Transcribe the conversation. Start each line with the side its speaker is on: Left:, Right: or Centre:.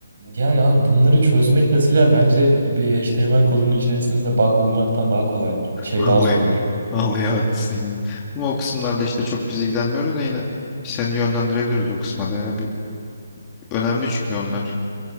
Right: Yani abi bunları çözmek mesela bence bir HTML kodunun içerisinde bug bulmaktan daha kolaydır. Şey
Left: Vallahi,
Right: daha zordur.
Left: vallahi haklısın ya. Ama o kısımlarla işte çok biz ilgilenmiyoruz da yine seni yönlendirebiliriz o kısma da ya. Bir, önemli çünkü onlar.